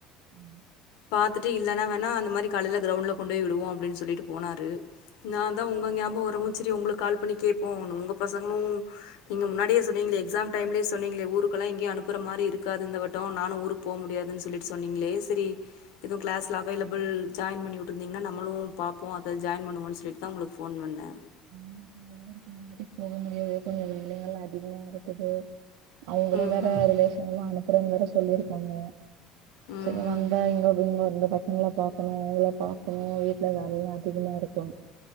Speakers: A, on the right; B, on the left.
A: உம்
B: பாத்துட்டு இல்லைன்னா வேணா அந்த மாரி காலையில கிரவுண்டில் கொண்டு போய் விடுவோம் அப்புடின் சொல்லிட்டு போனாரு நான் தான் உங்க ஞாபகம் வரவும் சரி உங்களுக்கு கால் பண்ணி கேட்போம் உங்கள் பசங்களும் நீங்கள் முன்னாடியே சொன்னீங்களே எக்ஸாம் டைம்லேயே சொன்னீங்களே ஊருக்கெல்லா எங்கேயும் அனுப்புற மாரி இருக்காது இந்தவட்டோ நானு ஊருக்கு போக முடியாதுன்னு சொல்லிட்டு சொன்னீங்களே சரி எதுவு கிளாஸ்ல அவைலபிள் ஜாயின் பண்ணி உட்ருந்தீங்கன்னா நம்மளு பாப்போ அத ஜாயின் பண்ணுவோன்னு சொல்லிட்டுதா உங்களுக்கு ஃபோன் பண்ணே
A: <inaudible> இந்த வாட்டி போக முடியாது கொஞ்சோ வேலைகள் அதிகமா இருக்குது அவங்களே
B: ம் ம்
A: வேற ரிலேஷன் எல்லா அனுப் அப்றோ வேற சொல்லிருக்காங்க
B: ம் ம்
A: சரி வந்தா இங்க <unintelligible> பசங்கள பாக்கணு அவங்கள பாக்கணு வீட்ல வேலைலா அதிகமா இருக்கு